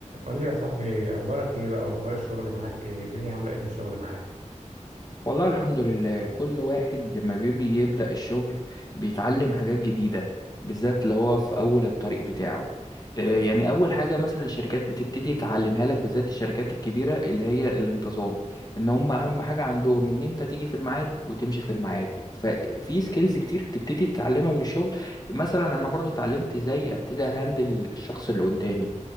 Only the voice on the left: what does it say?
والله الحمد لله كل واحد لما بيبي يبدأ الشغل بيتعلم حاجات جديدة بالذات اللي هو في أول الطريق بتاعه آه، يعني أول حاجة مثلا الشركات بتبتدي تعلمها لك بالذات الشركات الكبيرة اللي هي الانتظام إن هم أهم حاجة عندهم إن أنت تيجي في الميعاد وتمشي في الميعاد ففي سكيلز كتير تبتدي تتعلمها من الشغل مثلا أنا برضو اتعلمت إزاي أبتدي أهندل الشخص اللي قدامي